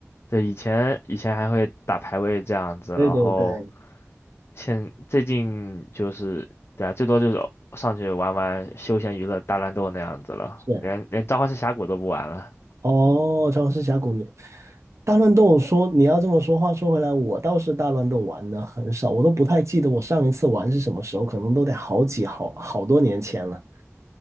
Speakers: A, on the left; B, on the right.
A: 对，以前以前还会打排位这样子，
B: 对对对，
A: 然后现最近就是对啊，最多就是上去玩玩休闲娱乐大乱斗那样子了，
B: 是。
A: 连连召唤师峡谷都不玩了。
B: 哦，《召唤师峡谷》你大乱斗说你要这么说，话说回来，我倒是大乱斗玩的很少，我都不太记得我上一次玩是什么时候，可能都得好几好好多年前了。